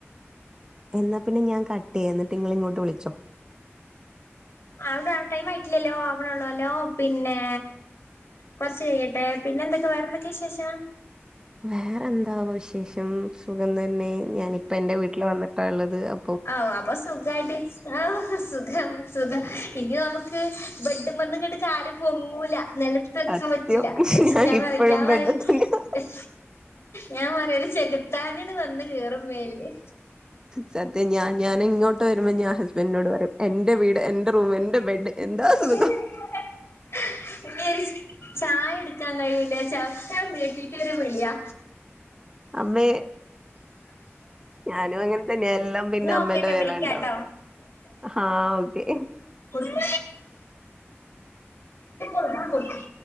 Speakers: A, on the right; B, on the left.
A: എന്നാ പിന്നെ ഞാൻ കട്ടെയ്യ ന്നിട്ട് ഇങ്ങളിങ്ങോട്ട് വിളിച്ചോ
B: അവ്ടെ ടൈമായിട്ടില്ലല്ലോ ആവണെള്ളോല്ലോ പിന്നെ കൊറച്ച് കഴിയ്യട്ടെ പിന്നെ എന്തൊക്കെ വേറെന്തൊക്കെ വിശേഷം
A: വേറെന്താവൊ വിശേഷം സുഖം തന്നെ ഞാനിപ്പ എന്റെ വീട്ടില് വന്നിട്ടാള്ളത് അ
B: അവു അപ്പം സുഖായിട്ടി ആഹ് സുഖം സുഖം ഇനി ഞമ്മക്ക് ബെഡ്മന്ന്ങ്ങട്ട് കാല് പൊങ്ങൂല നെല ത്തെക്കാൻ
A: സത്യം
B: പറ്റില്ല അയ്ഷ് ഞാൻ
A: ഇപ്പോഴും
B: പറിയും ഞാൻ
A: ബെഡ്
B: പറിയും
A: തന്നെയാ
B: ഞാൻ പറയൊര് ചെകുത്താന്ണ് വന്ന് കേറും മേലില്
A: സത്യം ഞാൻ ഞാനിങ്ങോട്ട് വെരുമ്പോ ഞാൻ ഹസ്ബന്റിനോട് പറിയും എന്റെ വീട് എന്റെ റൂമ് എന്റെ ബെഡ് എന്താ
B: എത
A: സുഖം
B: <inaudible> <unintelligible> ചായ എട്ക്കാൻ കഴിയൂല <unintelligible> നീട്ടിട്ട് ഒരു വിളിയാ
A: അമ്മേ ഞാനും അങ്ങത്തന്നെയാ എല്ലാം പിന്നെ
B: എന്നാ
A: അമ്മേന്റെ
B: ഓക്കേട്ടോ
A: മേലാ
B: വിളിക്കാട്ടോ
A: ഇണ്ടാവാ ഹാ ഓക്കെ
B: കൊടുക്ക് ആഹ് കൊടുക്ക്